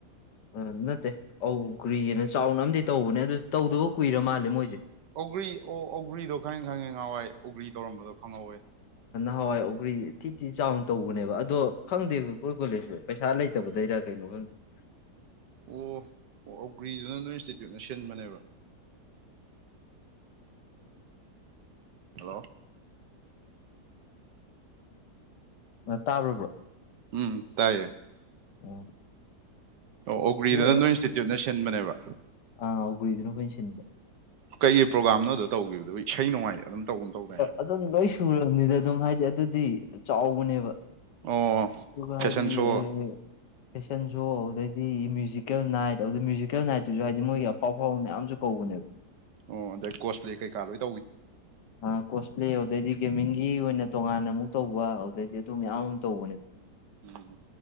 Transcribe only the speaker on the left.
ꯑ ꯅꯠꯇꯦ ꯑꯧ ꯀꯨꯏꯑꯅ ꯆꯥꯎꯅ ꯑꯃꯗꯤ ꯇꯧꯕꯅꯦ ꯑꯗꯨ ꯇꯧꯗꯕ ꯀꯨꯏꯔ ꯃꯥꯜꯂꯦ ꯃꯣꯏꯁꯦ
ꯍꯥꯟꯋꯥꯏ ꯑꯣꯒ꯭ꯔꯤ ꯊꯤ ꯊꯤ ꯆꯥꯎꯅ ꯇꯧꯕꯅꯦꯕ ꯑꯗꯣ ꯈꯪꯗꯦ ꯀꯣꯂꯦꯖꯁꯦ ꯄꯩꯁꯥ ꯂꯩꯇꯕꯗꯩꯔ ꯀꯩꯅꯣ ꯈꯪꯗꯦ <inaudible>
ꯇꯥꯕ꯭ꯔꯕ꯭ꯔꯣ
ꯑꯣ
ꯑꯗꯨ
ꯑꯥ ꯎꯒ꯭ꯔꯤꯗꯨꯅ ꯑꯩꯈꯣꯏꯅ ꯁꯤꯟꯕ
ꯑꯗꯨꯝ ꯂꯣꯏ ꯁꯨꯔꯕꯅꯤꯗ ꯑꯗꯨꯝ ꯍꯥꯏꯗꯤ ꯑꯗꯨꯗꯤ ꯆꯥꯎꯕꯅꯦꯕ
ꯑꯗꯨꯒ
ꯍꯥꯏꯗꯤ
ꯑ ꯐꯦꯁꯟ ꯁꯣ ꯍꯧꯗꯗꯤ ꯁꯤ ꯃ꯭ꯌꯨꯖꯤꯀꯦꯜ ꯅꯥꯏꯠ ꯑꯗꯨ ꯃ꯭ꯌꯨꯖꯤꯀꯦꯜ ꯅꯥꯏꯠꯇꯨꯁꯨ ꯍꯥꯏꯗꯤ ꯃꯣꯏꯒꯤ ꯑꯐꯥꯎ ꯑꯐꯥꯎꯕ ꯃꯌꯥꯝꯁꯨ ꯀꯧꯕꯅꯦꯕ
ꯑ ꯀꯣꯁ꯭ꯞꯂꯦ ꯑꯗꯨꯗꯩꯗꯤ ꯒꯦꯃꯤꯡꯒꯤ ꯑꯣꯏꯅ ꯇꯣꯉꯥꯟꯅ ꯑꯃꯨꯛ ꯇꯧꯕ ꯑꯗꯨꯗꯩꯗꯤ ꯑꯗꯨ ꯃꯌꯥꯝ ꯇꯧꯕꯅꯦꯕ